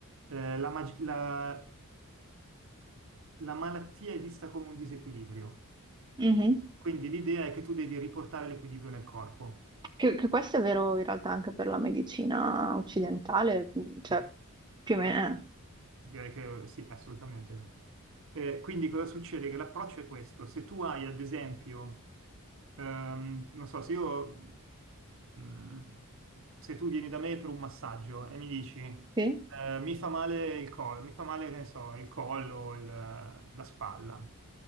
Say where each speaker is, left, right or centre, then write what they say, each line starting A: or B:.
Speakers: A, on the right (about 60°); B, on the right (about 20°).
A: eh, la, mag- la- la malattia è vista come un disequilibrio,
B: Mhm.
A: quindi l'idea è che tu devi riportare l'equilibrio nel corpo.
B: Che, che questo è vero in realtà anche per la medicina occidentale, mh,
A: Sì.
B: cioè più o meno.
A: Ah, direi che sì, assolutamente. Eh, quindi cosa succede? Che l'approccio è questo. Se tu hai, ad esempio, ehm, non so, se io, mm, se tu vieni da me per un massaggio e mi dici,
B: eh, Sì?
A: eh, mi fa male il collo, mi fa male, che ne so, il collo, il- la spalla.